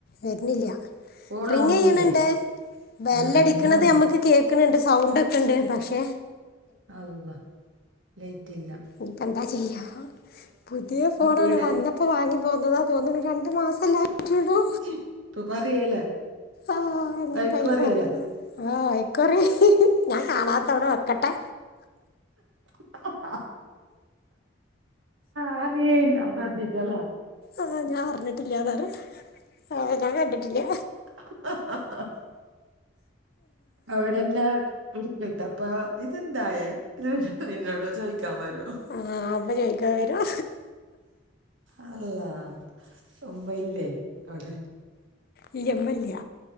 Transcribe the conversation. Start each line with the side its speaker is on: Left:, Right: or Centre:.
Left: വരുന്നില്ല
Right: കോളാന്നൂല്ലേ
Left: റിങ്ങ ചെയ്യണണ്ട് ബെല്ലടിക്കണത്
Right: ആ റിങ് ആന്ന്
Left: നമ്മുക്ക് കേക്കണണ്ട്. സൗണ്ട് ഒക്കെ ഉണ്ട് പക്ഷെ
Right: അള്ളാ ലേറ്റ്ല്ല
Left: ഇപ്പ എന്താ ചെയ്യാ പുതിയ ഫോണാണ്
Right: വീടൽ
Left: വന്ന ഇപ്പോൾ വാങ്ങിപ്പോകുന്നതാ തോന്നുന്നു രണ്ട് മാസല്ലായിട്ടുള്ളൂ.
Right: <unintelligible> ഇപ്പൊ പറയല്ലേ
Left: ആ്ഹ് ഇനിപ്പയിന്
Right: വഴക്ക് പറയല്ലേ
Left: പറയണ ആ്ഹ് ആയിക്കോറി ഞാൻ കാണാത്ത അവിടെ വെക്കട്ടെ.
Right: <unintelligible> കറിയല്ല അതാർ ചെയദ്യല്ലാ. <unintelligible>
Left: ആഹ് ഞാൻ അറിഞ്ഞിട്ടില്ല ആ ഞാൻ കണ്ടിട്ടില്ല
Right: ഹ ഹ ഹ അവിടെന്താ എടുക്കട്ട് അപ്പൊ ഇതെന്തായ എന്നോട് ചോദിക്കാൻ വരൂ
Left: ആ അപ്പം ചോദിക്കാൻ വരും
Right: അള്ളാ ഉമ്മ ഇല്ലേ അവിടെ
Left: ഇല്ല മ്മല്ലിയ